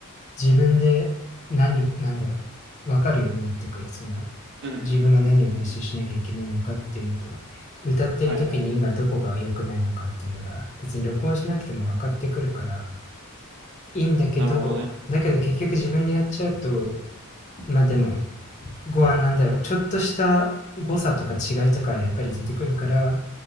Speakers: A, on the left; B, on the right.
A: 自分で何、なんだろう、分かるようになってくる。その、
B: うんうんうん
A: 自分が何を練習しなきゃいけないのかっていうのと、
B: うん。
A: 歌ってる時に今どこが良くないのかっていうのが別に録音しなくても分かってくるから
B: はいはいはい。
A: いいんだけどだけど結局自分でやっちゃうと
B: なるほどね。
A: まあでもご案なんだろうちょっとした誤差とか違いとかやっぱり出てくるから